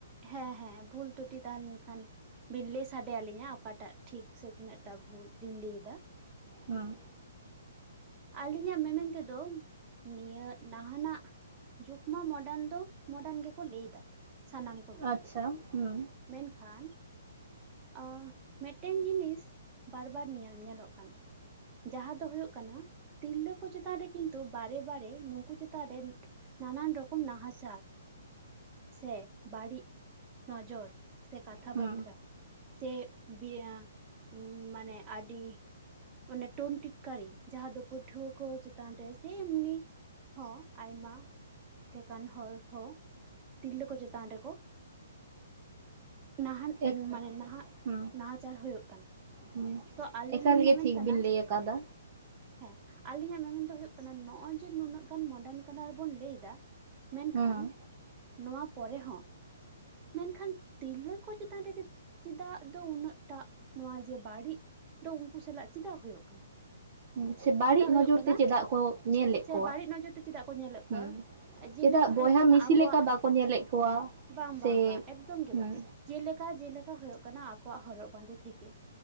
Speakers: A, on the right; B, on the right.
A: ᱦᱮᱸ ᱦᱮᱸ ᱵᱷᱩᱞᱛᱩᱴᱤ ᱛᱟᱦᱮᱸᱱ ᱠᱷᱟᱱ ᱵᱤᱱ ᱞᱟᱹᱭ ᱥᱟᱰᱮ ᱟᱹᱞᱤᱧᱟ ᱚᱠᱟᱴᱟᱜ ᱴᱷᱤᱠ ᱥᱮ ᱛᱤᱱᱟᱹᱜ ᱴᱟ ᱵᱷᱩᱞ ᱞᱤᱧ ᱞᱟᱹᱭ ᱫᱟ,
B: ᱦᱮᱸ᱾
A: ᱟᱹᱞᱤᱧᱟᱜ ᱢᱮᱱᱢᱮᱱ ᱛᱮᱫᱚ ᱱᱤᱭᱟᱹ ᱱᱟᱦᱟᱸᱱᱟᱜ ᱡᱩᱜᱽ ᱢᱟ ᱢᱚᱰᱟᱱ ᱫᱚ ᱢᱚᱰᱟᱱ ᱜᱮᱠᱚ ᱞᱟᱹᱭ ᱫᱟ, ᱥᱟᱱᱟᱢ ᱠᱚᱜᱮ,
B: ᱟᱪᱪᱷᱟ ᱦᱩᱸ
A: ᱢᱮᱱᱠᱷᱟᱱ ᱟ ᱢᱤᱫᱴᱮᱱ ᱡᱤᱱᱤᱥ ᱵᱟᱨ ᱵᱟᱨ ᱧᱮᱞ ᱧᱮᱞᱚᱜ ᱠᱟᱱᱟ ᱡᱟᱦᱟᱸ ᱫᱚ ᱦᱩᱭᱩᱜ ᱠᱟᱱᱟ ᱛᱤᱨᱞᱟᱹ ᱠᱚ ᱪᱮᱛᱟᱱ ᱨᱮ ᱠᱤᱱᱛᱩ ᱵᱟᱨᱮ ᱵᱟᱨᱮ ᱱᱩᱠᱩ ᱪᱮᱛᱟᱱ ᱨᱮᱱ ᱱᱟᱱᱟᱱ ᱨᱚᱠᱚᱢ ᱱᱟᱦᱟᱪᱟᱨ ᱥᱮ ᱵᱟᱹᱲᱤᱡ ᱱᱚᱡᱚᱨ ᱥᱮ ᱠᱟᱛᱷᱟ
B: ᱦᱩᱸ
A: ᱵᱟᱛ ᱛᱨᱟ ᱥᱮ ᱵᱤᱭᱟ ᱢᱟᱱᱮ ᱟᱹᱰᱤ ᱚᱱᱮ ᱴᱚᱱ ᱴᱤᱴᱠᱟᱨᱤ ᱡᱟᱦᱟᱸ ᱫᱚ ᱯᱟᱹᱴᱷᱩᱣᱟᱹ ᱠᱚ ᱪᱮᱛᱟᱱ ᱨᱮ ᱥᱮ ᱮᱢᱱᱤ ᱦᱚᱸ ᱟᱭᱢᱟ ᱞᱮᱠᱟᱱ ᱦᱚᱲ ᱦᱚᱸ ᱛᱤᱨᱞᱟᱹ ᱠᱚ ᱪᱮᱛᱟᱱ ᱨᱮᱠᱚ ᱱᱟᱦᱟᱸᱱ
B: ᱮᱠ
A: ᱢᱟᱱᱮ ᱱᱟᱦᱟᱸᱜ
B: ᱦᱩᱸ
A: ᱱᱟᱦᱟᱪᱟᱨ ᱦᱳᱭᱳᱜ ᱠᱟᱱᱟ᱾
B: ᱦᱩᱸ ᱜᱮ
A: ᱛᱚ ᱟᱹᱞᱤᱧ
B: ᱮᱠᱟᱞᱜ
A: ᱞᱤᱧ ᱢᱮᱢᱮᱱ
B: ᱴᱷᱤᱠ
A: ᱠᱟᱱᱟ
B: ᱵᱤᱱ ᱞᱟᱹᱭ ᱟᱠᱟᱫᱟ,
A: ᱦᱮᱸ ᱟᱞᱤᱧᱟᱜ ᱢᱮᱢᱚᱱ ᱫᱚ ᱦᱩᱭᱩᱜᱜ ᱠᱟᱱᱟ ᱱᱚᱸᱜᱼᱚᱭ ᱡᱮ ᱱᱩᱱᱟᱹᱜ ᱜᱟᱱ ᱢᱚᱰᱟᱨᱱ ᱠᱟᱱᱟ ᱨᱮᱵᱚᱱ ᱞᱟᱹᱭ ᱫᱟ ᱢᱮᱱᱠᱷᱟᱱ
B: ᱦᱩᱸ
A: ᱱᱚᱣᱟ ᱯᱚᱨᱮ ᱦᱚᱸ ᱢᱮᱱᱠᱷᱟᱱ ᱛᱤᱨᱞᱟᱹ ᱠᱚ ᱪᱮᱛᱟᱱ ᱨᱮᱜᱮ ᱪᱮᱫᱟᱜ ᱫᱚ ᱩᱱᱟᱹᱜ ᱴᱟᱜ ᱱᱚᱣᱟ ᱡᱮ ᱵᱟᱹᱲᱤᱡ ᱫᱚ ᱩᱱᱠᱩ ᱥᱟᱞᱟᱜ ᱪᱮᱫᱟᱜ ᱦᱩᱭᱩᱜ ᱠᱟᱱᱟ
B: ᱥᱮ ᱵᱟᱹᱲᱤᱡ
A: ᱪᱮᱫᱟᱜ
B: ᱱᱚᱡᱚᱨ
A: ᱦᱩᱭᱩᱜ ᱠᱟᱱᱟ
B: ᱛᱮ ᱪᱮᱫᱟᱜ ᱠᱚ ᱧᱮᱞᱮᱫ
A: ᱥᱮ
B: ᱠᱚᱣᱟ
A: ᱵᱟᱹᱲᱤᱜ ᱱᱚᱡᱚᱨ ᱛᱮ ᱪᱮᱫᱟᱜ ᱠᱚ ᱧᱮᱞᱮᱜ
B: ᱦᱩᱸ
A: ᱠᱚᱣᱟ ᱡᱮᱞᱮᱠᱟ
B: ᱪᱮᱫᱟᱜ ᱵᱚᱭᱦᱟ
A: ᱦᱩᱭᱩᱜ ᱠᱟᱱᱟ
B: ᱢᱤᱥᱤ
A: ᱟᱠᱚᱣᱟᱜ
B: ᱞᱮᱠᱟ ᱵᱟᱠᱚ ᱧᱮᱞᱮᱫ ᱠᱚᱣᱟ
A: ᱵᱟᱝ
B: ᱥᱮ
A: ᱵᱟᱝ ᱮᱠᱫᱚᱢ ᱜᱮ
B: ᱦᱩᱸ
A: ᱵᱟᱝ, ᱡᱮᱞᱮᱠᱟ ᱡᱮᱞᱮᱠᱟ ᱦᱳᱭᱳᱜ ᱠᱟᱱᱟ ᱟᱠᱚᱣᱟᱜ ᱦᱚᱨᱚᱜ ᱵᱟᱸᱫᱮ ᱴᱷᱤᱠ ᱜᱮ